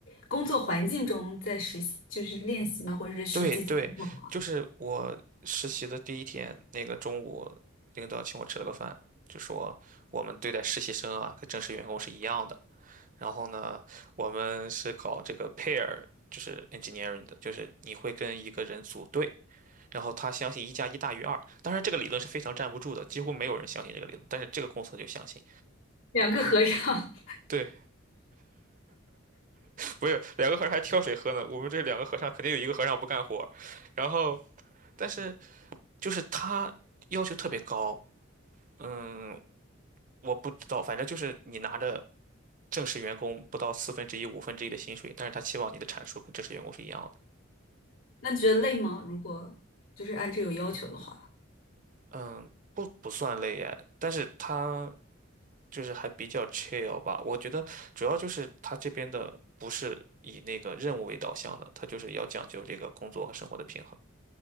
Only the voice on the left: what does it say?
工作环境中在实习，就是练习吗？或者是实际操作吗？
两个和尚，
<laughs> 那你觉得累吗？如果就是按这有要求的话。